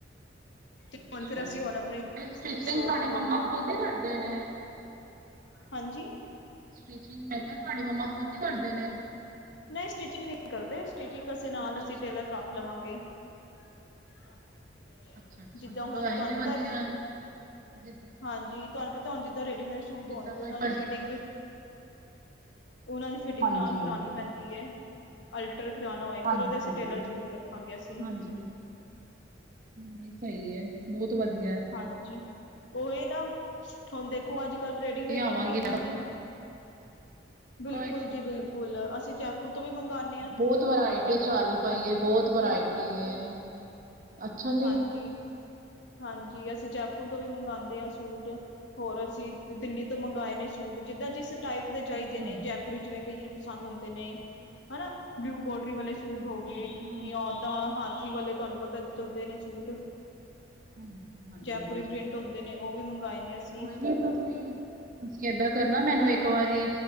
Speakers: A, on the left (about 75°); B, on the right (about 45°).
A: ਤੇ
B: ਅੱਛਾ
A: ਹੁਣ ਫਿਰ ਅਸੀਂ ਹੁਣ ਆਪਣੀ
B: ਫਿਰ ਸਟਿਚਿੰਗ
A: ਸ਼ੋਪ
B: ਤੁਹਾਡੇ
A: ਖੋਲੀ।
B: ਮੰਮਾ ਖੁਦ ਹੀ ਕਰਦੇ ਨੇ
A: ਹਾਂਜੀ।
B: ਸਟਿਚਿੰਗ ਮੈਂ ਕਿਹਾ ਤੁਹਾਡੀ ਮੰਮਾ ਖੁਦ ਹੀ ਕਰਦੇ ਨੇ?
A: ਨਹੀਂ ਸਟਿਚਿੰਗ ਨਹੀਂ ਕਰਦੇ ਸਟਿਚਿੰਗੇ
B: ਸੂਟਾਂ
A: ਨਾਲ ਅਸੀਂ
B: ਦੀ
A: ਟੇਲਰ ਰੱਖ ਲਵਾਂਗੇ। <inaudible>
B: ਅੱਛਾ-ਅੱਛਾ,
A: ਜਿੱਦਾਂ
B: ਚਲੋ
A: ਹੁਣ
B: ਇਹ
A: ਤੁਹਾਨੂੰ
B: ਵੀ
A: ਪਤਾ
B: ਵਧੀਆ ਜ
A: ਹਾਂਜੀ, ਤੁਹਾਨੂੰ ਪਤਾ ਹੁਣ ਜਿੱਦਾਂ ਰੈਡੀਮੇਡ ਸੂਟ
B: ਜਿੱਦਾਂ
A: ਆਉਣਗੇ
B: ਕੋਈ
A: ਉਹਨਾਂ
B: ਪਰ
A: ਦੀ ਫਿਟਿੰਗ, ਉਹਨਾਂ ਦੀ ਫਿਟਿੰਗ
B: ਹਾਂਜੀ
A: ਨਾਲ, ਕਰਾਉਣੀ ਪੈਂਦੀ ਹੈ ਅਲਟਰ ਕਰਾਉਣਾ ਹੋਏ
B: ਹਾਂਜੀ
A: ਫੇਰ ਉਹਦੇ ਅਸੀਂ
B: ਹਾਂਜੀ
A: ਟੇਲਰ
B: ਬਿਲਕੁਲ
A: ਜ਼ਰੂਰ ਰੱਖਾਂਗੇ ਅਸੀਂ।
B: ਹਾਂਜੀ ਨਹੀਂ, ਸਹੀ ਆ ਬਹੁਤ ਵਧੀਆ।
A: ਹਾਂਜੀ, ਉਹੀ ਨਾ, ਹੁਣ ਦੇਖੋ ਅੱਜ ਕੱਲ ਰੈਡੀਮੇਟ
B: ਹੈ।
A: ਵਿੱਚ
B: ਆਵਾਂਗੀ
A: ਵੀ
B: ਮੈਂ।
A: ਇੰਨੀ, ਬਿਲਕੁਲ
B: ਕੋਈ
A: ਜੀ ਬਿਲਕੁਲ ਫੁੱਲ ਅਸੀਂ ਜੈਪੁਰ ਤੋਂ ਵੀ ਮੰਗਗਾਉਣੇ
B: ਬਹੁਤ ਵਰਾਇਟੀ ਚੱਲ ਪਈ ਹੈ ਬਹੁਤ ਵਰਾਇਟੀ ਹੈ ਅੱਛਾ ਜੀ
A: ਹਾਂਜੀ, ਹਾਂਜੀ ਅਸੀਂ ਜੈਪੁਰ ਤੋਂ ਵੀ ਮੰਗਵਾਉਂਦੇ ਹਾਂ ਸੂਟ ਹੋਰ ਅਸੀਂ ਦਿੱਲੀ ਤੋਂ ਮੰਗਵਾਏ ਨੇ ਸੂਟ ਜਿੱਦਾਂ ਜਿਸ ਟਾਈਪ ਦੇ ਚਾਹੀਦੇ
B: ਅੱਛਾ
A: ਨੇ ਜੈ ਜਿਵੇਂ ਕਈਆਂ ਨੂੰ ਪਸੰਦ ਹੁੰਦੇ ਨੇ ਹਨਾ ਬਲਿਊ ਪੋਡਰੀ ਵਾਲੇ ਸੂਟ
B: ਕੋਈ
A: ਹੋ ਗਏ
B: ਹਾਂ
A: ਜਾਂ ਓਦਾਂ ਹਾਥੀ ਵਾਲੇ ਤੁਹਾਨੂੰ ਪਤਾ ਚੱਲਦੇ ਨੇ ਸੂਟ
B: ਹਾਂਜੀ
A: ਜੈਪੁਰੀ
B: ਹਾਂਜੀ ਹਾਂਜੀ,
A: ਪ੍ਰਿੰਟ ਹੁੰਦੇ ਨੇ ਉਹ ਵੀ ਮੰਗਵਾਏ ਨੇ ਅਸੀਂ
B: ਕੋਈ ਨੀ ਤੁਸੀਂ ਤੁਸੀਂ ਏਦਾਂ ਕਰਨਾ ਮੈਨੂੰ ਇੱਕ ਵਾਰੀ